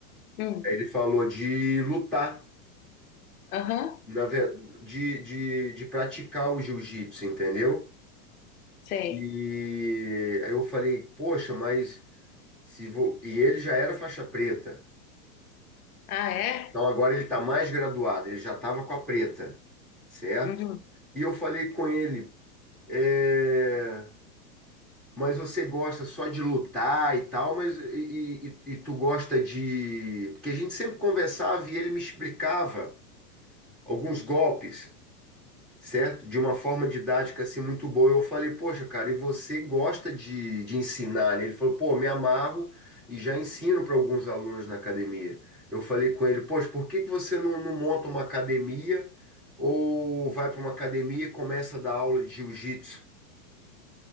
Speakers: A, on the left; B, in the centre.
A: uhum,
B: Aí ele falou de lutar.
A: aham,
B: na ve- de, de, de praticar o jiu-jitsu, entendeu?
A: sei.
B: E aí eu falei, poxa, mas se vou... E ele já era faixa preta.
A: Ah, é?
B: Então agora ele está mais graduado, ele já estava com a preta, certo?
A: Uhum.
B: E eu falei com ele, é, mas você gosta só de lutar e tal, mas e, e- e- e tu gosta de. Porque a gente sempre conversava e ele me explicava alguns golpes. certo? De uma forma didática assim muito boa. Eu falei, poxa, cara, e você gosta de, de ensinar, né? Ele falou, pô, me amarro e já ensino para alguns alunos na academia. Eu falei com ele, poxa, por que que você não, não monta uma academia ou vai para uma academia e começa a dar aula de jiu-jitsu?